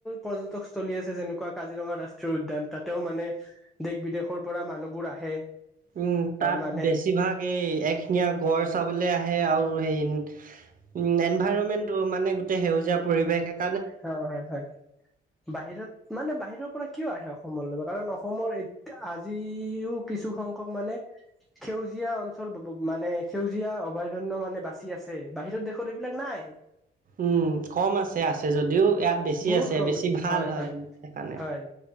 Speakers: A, in the centre; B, on the right.
A: পৰ্যটকস্থলী আছে যেনেকুৱা কাজিৰঙা ৰাষ্ট্ৰীয় উদ্যান তাতেও মানে দেশ বিদেশৰ পৰা মানুহবোৰ আহে।
B: উম, তাত
A: মানে
B: বেছিভাগ এই এক শিঙিয়ীয়া গড় চাবলে আহে আৰু হেৰি উম, এনভাইৰনমেন্ট মানে গোটেই সেউজীয়া পৰিৱেশ এক
A: হয়, হয়, হয়, বাহিৰত মানে বাহিৰৰ পৰা কিয় আহে? অসম ল কাৰণ অসমৰ আজিও কিছুসংখ্যকক মানে সেউজীয়া অঞ্চল মানে সেউজীয়া অভয়াৰণ্য মানে বাচি আছে বাহিৰত দেশত এইবিলাক নাই।
B: উম, কম আছে আছে যদিও। ইয়াত বেছি
A: বহুত কম
B: বেছি
A: আছে
B: ভাল
A: হয়, হয়,
B: সেইকাৰণে।
A: হয়,